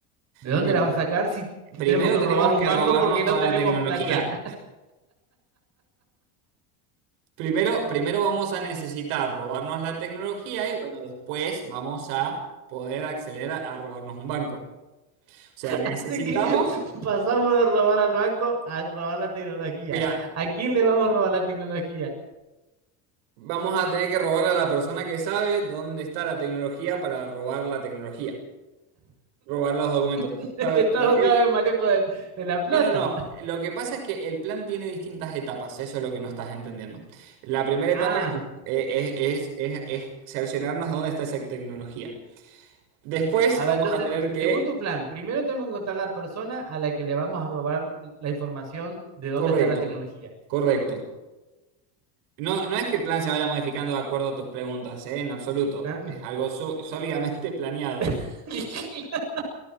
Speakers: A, on the right; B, on the right.
A: ¿De dónde
B: Bueno,
A: la vas a sacar si, si
B: primero
A: tenemos que
B: tenemos
A: robar un
B: que
A: banco
B: robarnos
A: porque
B: toda
A: no tenemos
B: la tecnología.
A: plata? <laughs>
B: Primero, primero vamos a necesitar robarnos la tecnología y bueno, después vamos a poder acceder a, a robarnos un banco. O sea, necesitamos,
A: Así que pasamos de robar al banco a robar la tecnología.
B: mira,
A: ¿A quién le vamos a robar la tecnología?
B: Vamos a tener que robarle a la persona que sabe dónde está la tecnología para robar la tecnología. Robar los documentos.
A: <laughs>
B: A ver,
A: Estamos
B: lo que...
A: cada vez más lejos de, de la plata.
B: No, no, no. Lo que pasa es que el plan tiene distintas etapas. Eso es lo que no estás entendiendo. La primera etapa
A: Ah.
B: es, eh, es, es, es- es cerciorarnos dónde está esa tecnología. Después
A: A
B: vamos
A: ver, entonces,
B: a tener que...
A: según tu plan, primero tenemos que encontrar la persona a la que le vamos a robar la información de dónde
B: Correcto.
A: está la tecnología.
B: Correcto. No, no es que el plan se vaya modificando de acuerdo a tus preguntas, ¿eh? En absoluto.
A: ¿Ah?
B: Es algo su- sólidamente <laughs> planeado.
A: <laughs>